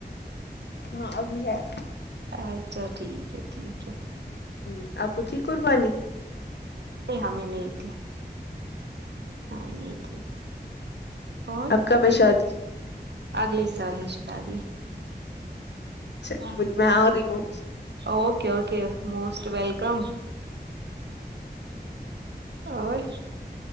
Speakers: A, on the left; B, on the right.
A: ہاں ابھی ہے
B: اچھا ٹھیک ہے ٹھیک ہے
A: ہوں آپ کو تھی قربانی
B: ہمیں نہیں تھی ہمیں نہیں تھی اور
A: اب کب ہے شادی
B: اگلے سال ہے شادی
A: اچھا
B: ہاں
A: وہی میں آرہی ہوں
B: اوکے اوکے موسٹ ویلکم اور